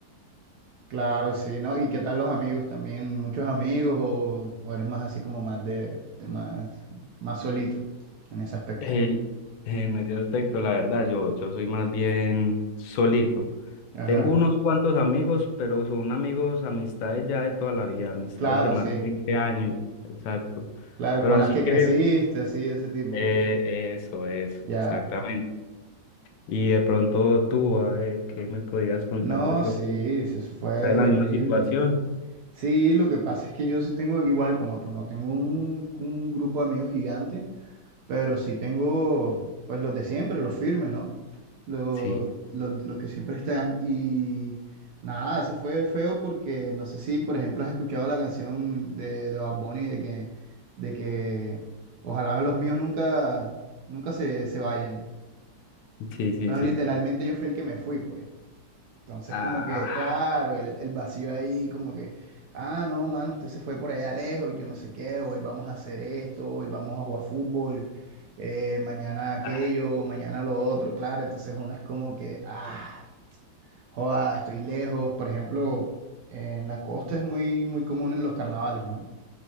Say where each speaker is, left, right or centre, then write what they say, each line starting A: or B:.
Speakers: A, on the right; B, on the left.
A: <laughs> claro, sí, ¿no? ¿Y qué tal los amigos también? ¿Muchos amigos o, o eres más así como más de, de más, más solito en ese aspecto?
B: El- en ese aspecto, la verdad, yo, yo soy más bien solito.
A: Ajá.
B: Tengo unos cuantos amigos, pero son amigos, amistades ya de toda la vida, amistades
A: Claro,
B: de más
A: sí,
B: de 20 años, exacto.
A: claro,
B: Pero
A: con
B: así
A: las que
B: que,
A: creciste, así, de ese tipo.
B: eh, eso, eso,
A: Ya.
B: exactamente. Y de pronto tú, a ver, ¿qué me podías contar
A: No,
B: de pronto?
A: sí, sí, eso fue
B: ¿Estás en la
A: horrible.
B: misma situación?
A: Sí, lo que pasa es que yo sí tengo, igual como tú, no tengo un, un grupo de amigos gigante, pero sí tengo, pues los de siempre, los firmes, ¿no? Los,
B: Sí,
A: los, los que siempre están. Y nada, eso fue feo porque no sé si, por ejemplo, has escuchado la canción de, de Bad Bunny de que, de que ojalá los míos nunca, nunca se, se vayan.
B: sí, sí,
A: Bueno,
B: sí.
A: literalmente yo fui el que me fui, pues. Entonces,
B: Ah,
A: como que, claro, el, el vacío ahí, como que, ah, no, mano, usted se fue por allá lejos, yo no sé qué, hoy vamos a hacer esto, hoy vamos a jugar fútbol, eh, mañana aquello,
B: ah,
A: mañana lo otro, claro. Entonces, uno es como que, ah, joda, estoy lejos. Por ejemplo, en la costa es muy, muy común en los carnavales, ¿no?